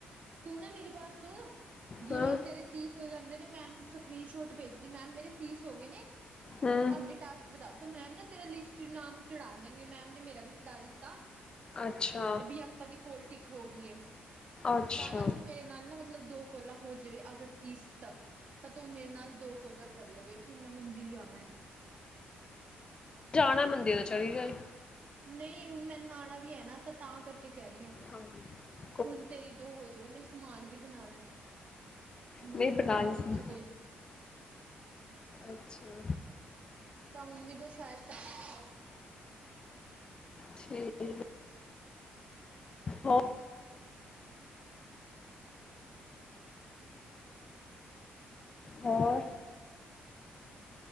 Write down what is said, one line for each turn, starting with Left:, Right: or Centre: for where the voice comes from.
Right: ਤੂੰ ਨਾ ਮੇਰੀ ਬਾਤ ਸੁਣ, ਜਿਵੇਂ
Left: ਹਾਂ
Right: ਤੇਰੇ ਤੀਹ ਹੋ ਜਾਂਦੇ ਨੇ, ਮੈਮ ਸਕਰੀਨ ਸ਼ੋਟ ਭੇਜਦੀ ਮੈਮ ਮੇਰੇ ਤੀਸ ਹੋਗੇ ਨੇ।
Left: ਹੂੰ
Right: ਅੱਗੇ ਟਾਸਕ ਬਤਾ ਦੋ ਮੈਮ ਨਾ ਤੇਰਾ ਲਿਸਟ ਨਾਮ ਚੜਾ ਦੇਗੇ ਮੈਮ ਨੇ ਮੇਰਾ ਵੀ ਚੜਾ ਦਿੱਤਾ
Left: ਅੱਛਾ।
Right: ਵੀ ਆਪਾਂ ਦੀ ਕੋਲ ਟਿੱਕ ਹੋ ਗਈ
Left: ਅੱਛਾ
Right: ਤਾਂ ਨਾ ਤੂੰ ਮੇਰੇ ਨਾਲ ਨਾ ਮਤਲਬ ਦੋ ਕੋਲਾ ਹੋ ਜਾਵੇ ਅਗਰ ਤੀਸ ਤੱਕ ਤਾਂ ਤੂੰ ਮੇਰੇ ਨਾਲ ਦੋ ਕੋਲਾ ਕਰ ਲਵੇ ਫਿਰ ਮੈਂ ਮੰਦਿਰ ਜਾਣਾ।
Left: ਜਾਣਾ ਮੰਦਰ ਤੋਂ ਚਲੀ ਜਾਏ।
Right: ਨਹੀਂ ਹੁਣ ਮੈ ਨਾਂਣਾ ਵੀ ਐ ਨਾ ਤਾਂ, ਤਾਂ ਕਰਕੇ ਕਹਿ ਰਹੀ ਆ।
Left: ਹਾਂ।
Right: ਹੁਣ ਤੇਰੀ ਦੋ ਹੋ ਜਾਵੇ, ਮੈਂ ਸਮਾਨ ਵੀ ਬਣਾਣਾ। ਮੰਮੀ
Left: ਨਹੀਂ ਬਣਾ
Right: ਪਤਾ ਨੀ
Left: ਲਈ ਸੀ।
Right: ਕਿੱਥੇ ਗਈ?
Left: ਅੱਛਾ।
Right: ਤਾਂ ਮੰਮੀ ਤੋਂ ਸ਼ਾਇਦ ਚੱਕੀ ਜਾਂਏ।
Left: ਠੀਕ ਹੋ ਹੋਰ?